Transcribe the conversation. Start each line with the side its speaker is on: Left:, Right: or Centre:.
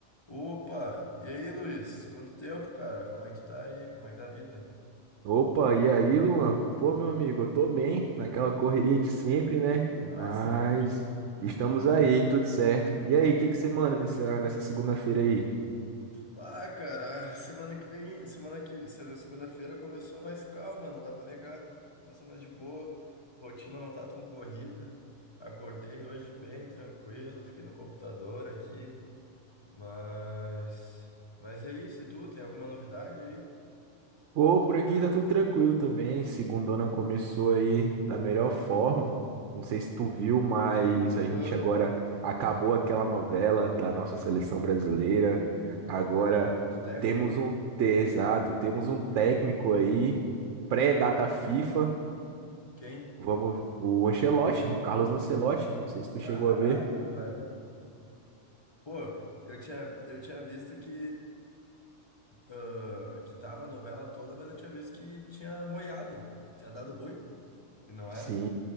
Left: Opa! E aí, Luiz? Quanto tempo, cara? Como é que tu tá aí? Como é que tá a vida?
Right: Opa, e aí, Luan? Pô, meu amigo, eu tô bem, naquela correria de sempre, né? Mas
Left: Ah, de sempre. <laughs>
Right: estamos aí, tudo certo. E aí, o que que você manda nessa, nessa segunda-feira aí?
Left: Ah, cara, semana que vem, semana que, se- segunda-feira começou mais calma, não dá pra negar. Começou mais de boa, rotina não tá tão corrida. Acordei hoje bem tranquilo, fiquei no computador aqui, mas mas é isso, e tu tem alguma novidade aí
Right: Pô, por aqui tá tudo tranquilo também. Segundona começou aí da melhor forma. Não sei se tu viu, mas a gente
Left: Hã?
Right: agora acabou aquela novela da nossa seleção brasileira. Agora
Left: do técnico?
Right: temos um, te- exato, temos um técnico aí, pré-data FIFA.
Left: Quem?
Right: Vamos, o Ancelotti, o Carlos Ancelotti, não sei se tu
Left: Caralho,
Right: chegou a ver.
Left: velho. Pô, eu tinha eu tinha visto que ah, que tava a novela toda, mas eu tinha visto que tinha moiado, tinha dado ruim, e não
Right: Sim,
Left: era.